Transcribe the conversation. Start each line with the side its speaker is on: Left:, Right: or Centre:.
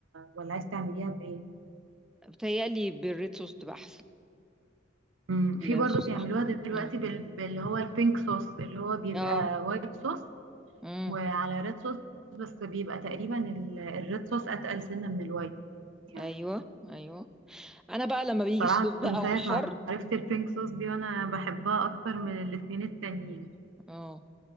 Right: ولا عايز تعمليها بإيه
Centre: بتهيألي بالريد صوص تبقى احسن
Right: امم في برضو
Centre: الصوص
Right: بيعملوها
Centre: احمر
Right: دلوقتي
Centre: امم
Right: بال... باللي هو البينك صوص اللي هو بيبقى
Centre: اه
Right: وايت صوص
Centre: امم
Right: وعلى ريد صوص بس بيبقى تقريبا ال... الريد صوص أتقل سنة من الوايت يعني
Centre: ايوه ايوه انا بقى لما بيجي
Right: بصراحة
Centre: الصيف بقى
Right: من ساعة
Centre: والحر
Right: ما عرفت البينك صوص دي وانا بحبها اكتر من الاتنين التانيين
Centre: اه